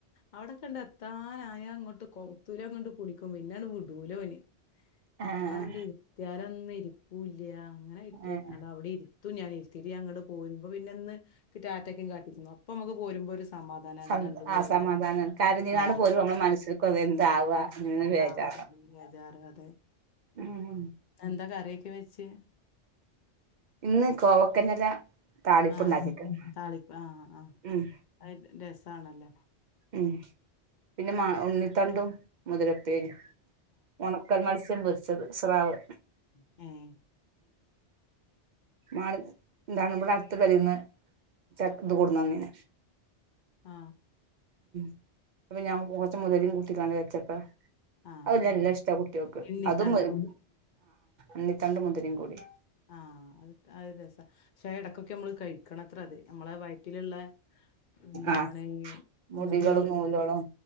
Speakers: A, on the left (about 55°); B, on the right (about 60°).
A: അവിടെത്തന്നെയാ കയത്തിലോങ്ങാട്ട് പിടിക്കും പിന്നെ വിടൂല ഓന്
B: ആഹ്
A: എവിടെണ്ടിരിക്ത്തിയാലേ ന്ന് ഇരിക്കുല്ല അങ്ങാനായിട്ട്
B: ആഹ്
A: അവിടെങ്ങിട്ട് തും ഇരുത്തിയിട്ട് ഞാനങ്ങോട്ട് പോരുമ്പോ ഇന്ന് ടാറ്റാ കാട്ടിനു പ്പോ മ്മക്ക് പോരുമ്പോ സുഖം അമ്മമ്മനെ
B: സം
A: കണ്ടു പോരുമ്പോ
B: അസമാധാനാണ് കരഞ്ഞിങ്ങാണ്ട്
A: ആ
B: പോലും നമ്മളെ മനസ്സിൽക്ക് എന്താവാ
A: ആ
B: ഇങ്ങനെ
A: എന്താവാ
B: ബേജാറാ
A: വെജാറ് നല്
B: ഉം
A: എന്താ കറിയൊക്കെ വെച്ചേ
B: ഇന്ന് കോവക്കന്റെല താളിപ്പ്ണ്ടാക്കിക്ക്ണ്
A: ആ കറി ആ അ
B: ഉം
A: ആയി രസം ആണല്ലോ
B: ഉം പിന്നെ മാ ഉണ്ണി.... തണ്ടും മുതിര ഉപ്പേരിമം ഉണക്കമല്ശ്യം പൊറു... ചെറു സ്രാവ്
A: ങേ
B: ആ ഇവിടെ അടുത്ത പരീനു ച്ച ക്ക ത് കൊടുന്നുന്നേനു
A: ആ
B: <inaudible> ഞാൻ കുറച്ചു മുതിരിം കുടി.... ട്ടുകാണ്ട് വെച്ചപ്പോ
A: ആഹ്
B: അത് നല്ലഷ്ട
A: ആഹ്
B: കുട്ടിയോൾക്ക്
A: കിണ്ണിത്തണ്ടോ
B: അതും മുരിങ്ങ.... ഇന്നിതണ്ടും മുതിരിം കൂടി
A: ആ അത് രസാ ക്ഷെ ഇടക്ക് ഒക്കേ നമ്മ്ള് കഴിക്കണത് ത്ര നമ്മളെ വയറ്റിലില്ല ന്താണ്
B: ആഹ് മുടികളും
A: മുടി
B: നൂലോളും